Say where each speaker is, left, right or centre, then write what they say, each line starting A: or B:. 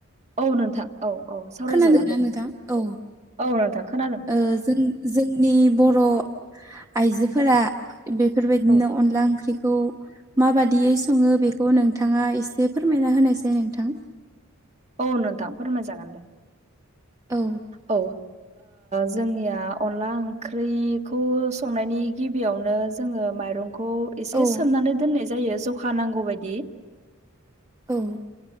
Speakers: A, on the right; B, on the right.
A: औ नोंथां औ औ सावरायजागोन
B: खोनादोंना
A: दे नोंथां
B: औ
A: औ नोंथां खोनादों।
B: ओ जों जोंनि बर' आइजोफोरा बेफोरबायदिनो
A: औ
B: अनला ओंख्रिखौ माबादियै सङो बेखौ नोंथाङा एसे फोरमायना होनोसै नोंथां।
A: औ नोंथां फोरमायजागोन दे
B: औ।
A: औ जोंनिया अनला ओंख्रिखौ संनायनि गिबियावनो जोङो माइरं खौ एसे
B: औ
A: सोमनानै दोननाय जायो जखा नांगौ बायदि
B: औ